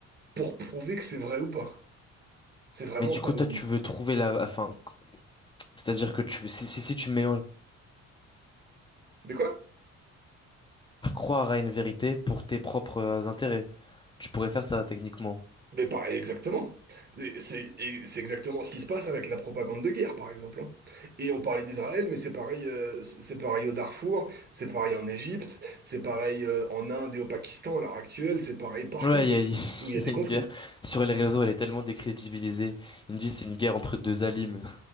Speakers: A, on the right (about 35°); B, on the left (about 15°).
A: pour prouver que c'est vrai ou pas. C'est vraiment
B: Mais du
A: ça,
B: coup,
A: le
B: toi,
A: zit.
B: tu veux trouver la, enfin, c'est-à-dire que tu, si, si, si tu mélanges
A: De quoi?
B: croire à une vérité pour tes propres euh, intérêts, tu pourrais faire ça, techniquement.
A: Mais pareil, exactement. C'est c'est- et c'est exactement ce qui se passe avec la propagande de guerre, par exemple. hein. Et on parlait d'Israël, mais c'est pareil, euh, c'est c'est pareil au Darfour, c'est pareil en Égypte, c'est pareil euh, en Inde et au Pakistan à l'heure actuelle, c'est pareil partout
B: Ouais, il y a, <laughs>
A: où il y
B: il
A: a des
B: y a une
A: conflits.
B: guerre sur les réseaux, elle est tellement décrédibilisée. Ils me disent c'est une guerre entre deux alims.